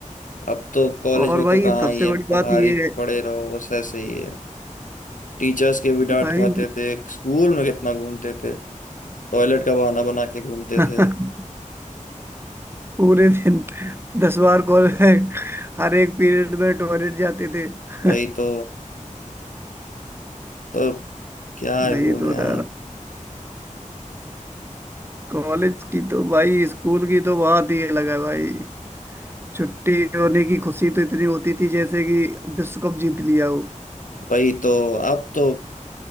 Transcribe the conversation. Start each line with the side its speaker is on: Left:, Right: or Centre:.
Left: अब तो कॉलेज
Right: और
Left: में
Right: भाई
Left: तो कहाँ
Right: सबसे
Left: ही है
Right: बड़ी
Left: बाहर
Right: बात ये
Left: ही
Right: है
Left: पड़े रहो बस ऐसे ही है टीचर्स के भी डांट
Right: भाई
Left: खाते थे स्कूल में कितना घूमते थे टॉयलेट का बहाना बना के घूमते
Right: <laughs>
Left: थे
Right: पूरे दिन दस बार कॉल हर एक पीरियड में टॉयलेट जाते थे <laughs>
Left: वही तो तो क्या है
Right: भाई
Left: बोले
Right: तो
Left: यार
Right: बता कॉलेज की तो भाई स्कूल की तो बात ही अलग है भाई छुट्टी होने की खुशी तो इतनी होती थी जैसे कि विश्व कप जीत लिया हो
Left: वही तो अब तो